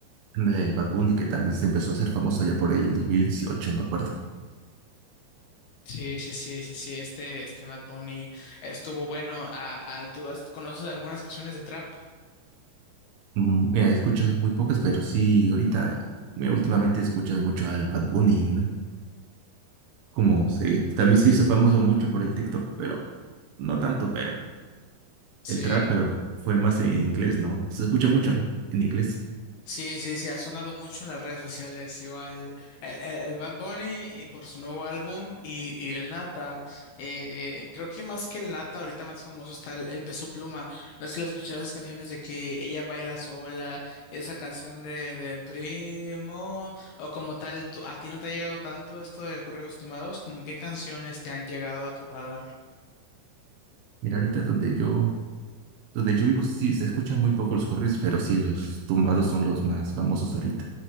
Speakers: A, on the right (about 75°); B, on the left (about 75°).
A: Del Bad Bunny que también se empezó a hacer famoso ya por el dos mil dieciocho me acuerdo.
B: Sí, sí, sí, sí, sí, este, este Bad Bunny estuvo bueno. Ah, ah, ¿tú has- conoces algunas canciones de trap?
A: Mm, Mira, he escuchado muy pocas, pero sí, ahorita, mira, últimamente he escuchado mucho al Bad Bunny, ¿no? Como se, también se hizo famoso mucho por el TikTok, pero no tanto, pero
B: Sí.
A: el trap, pero fue más en inglés, ¿no? Se escucha mucho, ¿no? En inglés.
B: Sí, sí, sí, ha sonado mucho en las redes sociales, igual eh, eh, el, Bad Bunny y por su nuevo álbum y, y el Nata, eh, creo que más que el Nata, ahorita más famoso está el, el Peso Pluma, no sé si le has escuchado esas canciones de que ella baila sola, y esa canción de, de Primo, o como tal, tú- ¿a ti no te ha llegado tanto esto de corridos tumbados? ¿Cómo qué canciones te han llegado a tu radar?
A: Mira, ahorita donde yo Donde yo vivo sí se escuchan muy poco los corridos, pero sí los tumbados son los más famosos ahorita.